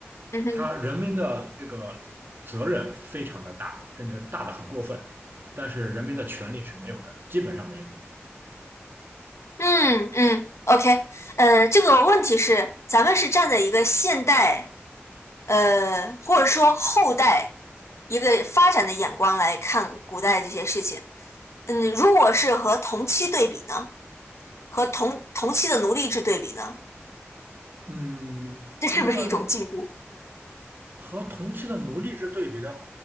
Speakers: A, on the left; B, on the right.
A: 嗯哼，
B: 他人民的这个责任非常的大，甚至大的很过分，但是人民的权利是没有的，基本上没有的。
A: 嗯嗯，OK，呃，这个问题是咱们是站在一个现代。呃，或者说后代一个发展的眼光来看古代这些事情。嗯，如果是和同期对比呢，和同同期的奴隶制对比呢，
B: 嗯，
A: 这是不是一种进步？
B: 那和同期的奴隶制对比的话，